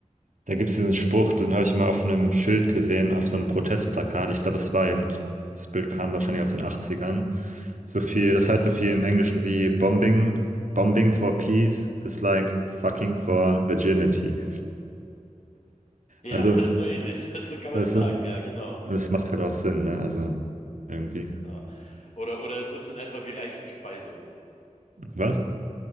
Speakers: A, on the right; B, on the left.
A: Da gibt es diesen Spruch, den habe ich mal auf einem Schild gesehen, auf so einem Protestplakat. Ich glaube, es war eben, das Bild kam wahrscheinlich aus den Achtzigern. So viel, das heißt so viel im Englischen wie Bombing, Bombing for Peace is like fucking for virginity.
B: Ja,
A: Also,
B: <laughs> so ähnlich. <laughs> So kann
A: weißt
B: man das sagen.
A: du,
B: Ja, genau.
A: das macht halt auch Sinn, ne? Also, irgendwie.
B: Ja. Oder, oder ist das in etwa wie Reichenspeisung?
A: Was?